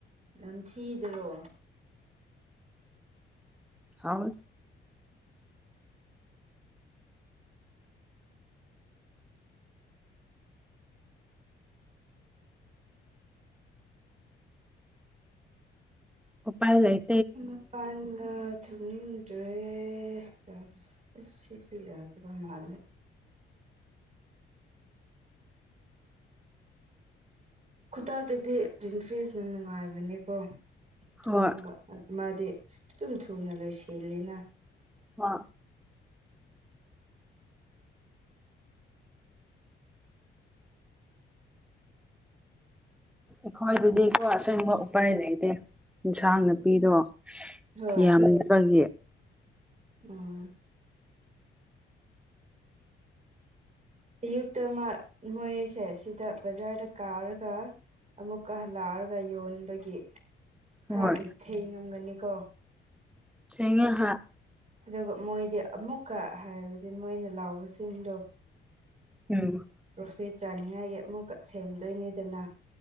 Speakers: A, on the right; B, in the centre.
A: ꯅꯝꯊꯤꯗꯔꯣ
B: ꯍꯥꯎ ꯎꯄꯥꯥꯏ ꯂꯩꯥ
A: ꯃꯄꯥꯟꯒ ꯊꯨꯡꯅꯤꯡ ꯗ꯭ꯔꯦ ꯇꯧꯔꯤꯁꯦ ꯁꯤꯁꯨ ꯌꯥꯗꯕ ꯃꯥꯂꯦ ꯈꯨꯗꯛꯇꯗꯤ ꯇꯤꯟꯐꯤꯁꯅ ꯅꯨꯡꯉꯥꯏꯕꯅꯦꯀꯣ
B: ꯍꯣꯏ
A: ꯊꯣꯡꯕ ꯃꯥꯗꯤ ꯇꯨꯝ ꯊꯨꯅ ꯂꯣꯏꯁꯤꯜꯂꯤꯅ
B: ꯍꯥ ꯑꯈꯣꯏꯗꯗꯤꯀꯣ ꯑꯁꯦꯡꯕ ꯎꯄꯥꯏ ꯂꯩꯇꯦ ꯏꯟꯁꯥꯡ ꯅꯥꯄꯤꯗꯣ
A: ꯍꯣꯏ
B: ꯌꯥꯝꯗꯕꯒꯤ
A: ꯑꯥ ꯑꯌꯨꯛꯇ ꯑꯃ ꯃꯣꯏꯁꯦ ꯁꯤꯗ ꯕꯖꯥꯔꯗ ꯀꯥꯔꯒ ꯑꯃꯨꯛꯀ ꯍꯜꯂꯛꯑꯒ ꯌꯣꯟꯕꯒꯤ
B: ꯍꯣꯏ
A: ꯈꯔꯕꯨꯗꯤ ꯊꯦꯡꯉꯝꯒꯅꯤ ꯀꯣ
B: ꯁꯦꯡꯉꯦ ꯍꯥꯥ
A: ꯑꯗꯨꯒ ꯃꯣꯏꯗꯤ ꯑꯃꯨꯛꯀ ꯍꯥꯏꯕꯗꯤ ꯃꯣꯏꯅ ꯂꯥꯎꯕꯁꯤꯡꯗꯣ
B: ꯎꯝ
A: ꯔꯣꯐꯦꯠ ꯆꯥꯅꯤꯉꯥꯏꯒꯤ ꯑꯃꯨꯛꯀ ꯁꯦꯝꯗꯣꯏꯅꯤꯗꯅ